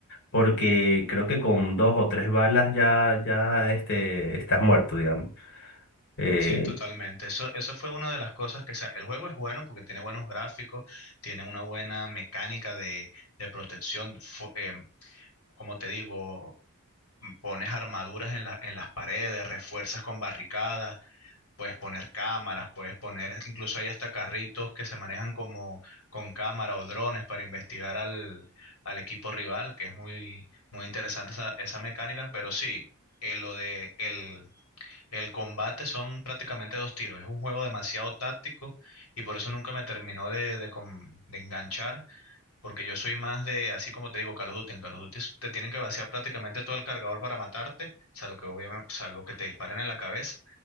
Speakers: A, on the left (about 55°); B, on the left (about 75°).
A: porque creo que con dos o tres balas ya, ya este, estás muerto, digamos. Eh,
B: Sí, totalmente. Eso, eso fue una de las cosas que, o sea, el juego es bueno porque tiene buenos gráficos, tiene una buena mecánica de, de protección. Fu- em, como te digo, m- pones armaduras en la- en las paredes, refuerzas con barricadas, Puedes poner cámaras, puedes poner, incluso hay hasta carritos que se manejan como con cámara o drones para investigar al, al equipo rival, que es muy, muy interesante esa, esa mecánica, pero sí, eh, lo de el, el combate son prácticamente dos tiros, es un juego demasiado táctico y por eso nunca me terminó de, de, con- de enganchar, porque yo soy más de, así como te digo, Call of Duty, en Call of Duty te tienen que vaciar prácticamente todo el cargador para matarte, salvo que, obviamente, salvo que te disparen en la cabeza